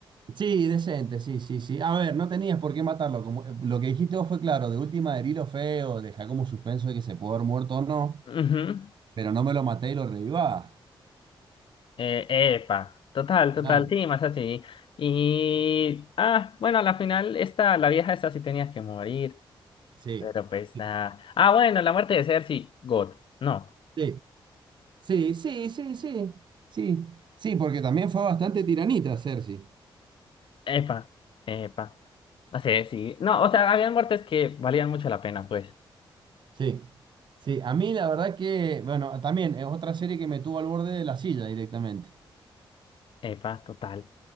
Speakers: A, on the right; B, on the left.
A: Sí, decente, sí, sí, sí. A ver, no tenías por qué matarlo. Como, eh, lo que dijiste vos fue claro, de última herilo feo, deja como suspenso de que se pudo haber muerto o no,
B: Ujú.
A: pero no me lo maté y lo revivá.
B: Eh, epa, total, total,
A: Claro,
B: sí, más así. Y, ah, bueno, a la final, esta, la vieja esta sí tenía que morir,
A: sí,
B: pero pues
A: sí,
B: nada. Ah, bueno, la muerte de Cersei, God, no,
A: sí. Sí, sí, sí, sí, sí, sí, porque también fue bastante tiranita Cersei.
B: epa, epa, no sé, sí, no, o sea, habían muertes que valían mucho la pena, pues,
A: Sí, sí, a mí la verdad que, bueno, también es otra serie que me tuvo al borde de la silla directamente.
B: epa, total.